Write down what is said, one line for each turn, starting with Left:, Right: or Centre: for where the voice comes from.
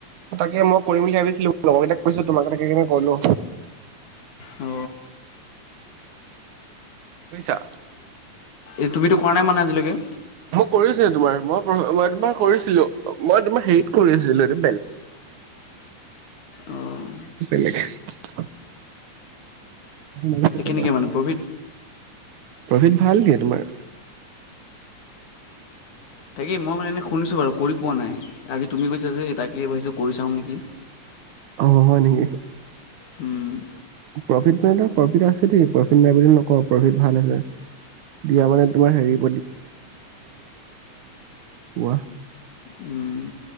Right: তাকে মই কৰিম বুলি ভাবিছিলো লগৰ কেইটাক কৈ তোমালোকেই কৰি লো
Left: অ
Right: বুজিছা
Left: এ তুমিতো কৰা নাই মানে আজিলৈকে
Right: মই কৰিছিলো তোমাৰ মই ম তোমাৰ কৰিছিলো মই তোমাৰ হেৰিত কৰি আছিলো এই
Left: অঁ
Right: বেলেগ হয় মানে
Left: তাতে
Right: এই টো বেলেগ
Left: কেনেকৈ মানে প্ৰফিট
Right: প্ৰফিট ভাল ন তোমাৰ
Left: তাকে মই মানে এনে শুনিছো বাৰু কৰি পোৱা নাই আজি তুমি কৈছা যে তাকে ভাবিছো কৰি চাওঁ নেকি
Right: আহ হয় নেকি
Left: উম
Right: প্ৰফিট ন প্ৰফিট আছে দেই প্ৰফিট নাই বুলি নকওঁ প্ৰফিট ভাল আছে দিয়া মানে তোমাৰ হেৰি <unintelligible>
Left: উম।